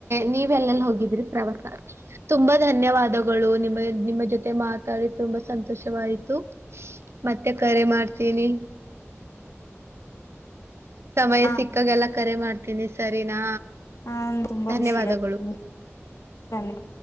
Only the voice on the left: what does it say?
ಹಾ
ಹಾ ತುಂಬಾ
ಖುಷಿ ಆಯ್ತು ಧನ್ಯವಾದ